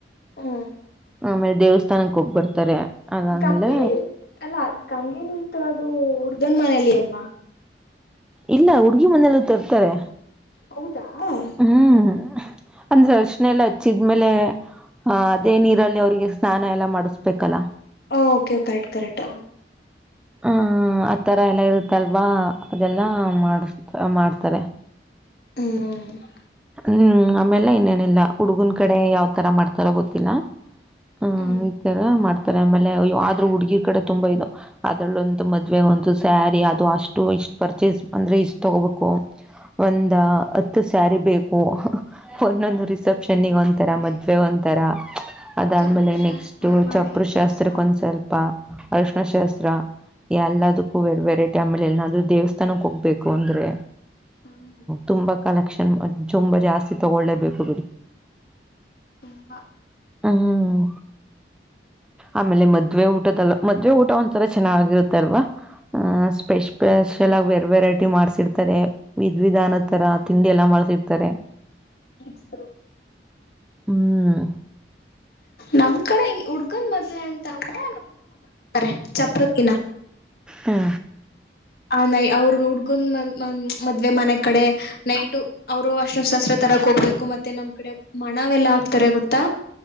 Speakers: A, on the left; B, in the centre.
A: ಹ್ಮ್
B: ಆಮೇಲೆ ದೇವಸ್ಥಾನಕ್ ಹೋಗ ಬರ್ತಾರೆ ಅದಾದ್ಮೇಲೆ
A: ಗಂಗೆ ನೀಲ್ ಅಲ್ಲ ಗಂಗೆ ನೀಲ್ ತ ಅದು ಹುಡ್ಗನ ಮನೆಯಲ್ಲಿ ಎಲ್ಲ
B: ಇಲ್ಲ ಹುಡುಗಿ ಮನೇಲ್ಲ ತರ್ತಾರೆ
A: ಹೌ <inaudible>
B: ಹ್ಮ್ ಅಂದ್ರೆ ಅರ್ಶನೆ ಎಲ್ಲ ಹಚ್ಚಿದ್ಮೇಲೆ ಆಹ ಅದೇ ನೀರಲ್ಲಿ ಅವ್ರರಿಗೆ ಸ್ನಾನ ಎಲ್ಲ ಮಾಡಿಸ್ಬೇಕಲ್ಲ
A: ಹ ಓಕೆ ಕರೆಕ್ಟ್ ಕರೆಕ್
B: ಹ್ಮ ಆತರ ಎಲ್ಲ ಇರುತ್ತಲ್ವಾ ಅದೆಲ್ಲಾ ಮಾಡ ಮಾಡ್ತಾರೆ
A: ಹ್ಮ್
B: ಹ್ಮ್ ಆಮೇಲ್ಲ ಇನ್ನೇನಿಲ್ಲ ಹುಡುಗನ್ ಕಡೆ ಯಾವ್ತರ ಮಾಡ್ತಾರೋ ಗೊತ್ತಿಲ್ಲ ಹಾ
A: ಹ್ಮ್
B: ಈ ತರ ಮಾಡ್ತ ಅಂತಾರೆ ಆಮೇಲೆ ಆದ್ರೂ ಹುಡುಗಿರ್ ಕಡೆ ತುಂಬಾ ಇದು ಅದ್ರಲ್ಲೊಂತ ಮದ್ವೆ ಒಂತ ಸ್ಯಾರಿ ಅದು ಅಷ್ಟು ಇಷ್ಟ ಪರ್ಚೇಸ್ ಅಂದ್ರೆ ಇಷ್ಟ ತಗೋಬೇಕು ಒಂದ ಹತ್ತು ಜಾರಿ ಬೇಕು ಒಂದೊಂದು ರಿಸಪ್ಷನ್ನಿಗೆ ಒಂತರ ಮದ್ವೆ ಒಂಂತರ ಅದಾದ್ಮೇಲೆ
A: ಚಪ್ಪಲಿ ಶಾಸ್ತ್ರ
B: ನೆಕ್ಸ್ಟ್
A: ಬಳೆ
B: ಚಪರು
A: ಶಾಸ್ತ್ರ
B: ಶಾಸ್ತ್ರಕ್ಕೆ ಒಂದ್ ಸ್ವಲ್ಪ ಅರ್ಶ್ಣ ಶಾಸ್ತ್ರ ತ್ರ ಎಲ್ಲದಕ್ಕೂ ವೆರೈಟಿ ಅಂಬಲೆ ಎಲ್ಲದು ದೇವಸ್ಥ ತನಕ್ಕೆ ಹೋಗ್ಬೇಕು ಅಂದ್ರೆ
A: ಹ್ಮ್
B: ತುಂಬಾ ಕಲೆಕ್ಷನ್ ತುಂಬ ಜಾಸ್ತಿ ತಗೊಳ್ಳೇಬೇಕು ಬಿಡಿ
A: ತುಂಬಾ
B: ಹ್ಮ್ ಆಮೇಲೆ ಮದ್ವೆ ಊಟದಲ್ಲ ಮದ್ವೆ ಊಟ ಒಂಥರ ಚೆನ್ನಾಗಿರುತ್ತಲ್ವಾ ಸ್ಪೆಪೆಷಲ್ ಆಗಿ ವೇರ್ ವೆರೈಟಿ ಮಾಡ್ಸಿರ್ತಾರೆ ವಿಧ್ವಿಧಾನ ತರ ತಿಂಡಿ ಎಲ್ಲ ಮಾಡ್ಸತ ತರ
A: ಸ
B: ಹ್ಮ್
A: ನಮ್ ಕಡೆ ಹಂಗ ಹುಡ್ಗನ್ ಮದ್ವೆ ಅಂತ ಅಂದ್ರೆಊ ಕೊಡ್ತಾರೆ ಚಪ್ರದ ದಿನ
B: ಹಾ
A: ನ ಅವ್ರ ಹುಡ್ಗನ್ ಮನ್ ಮನ್ ಮದ್ವೆ ಮನೆ ಕಡೆ ನೈಟ್ ಅವರು ಅಷ್ಣ ಶಸ್ತ್ರ ತರಕ್ ಹೋಗ್ಬೇಕು ಮತ್ತೆ ನಮ್ ಕಡೆ ಮಣವೆಲ್ಲಾ ಆಗ್ತಾರೆ ಗೊತ್ತಾ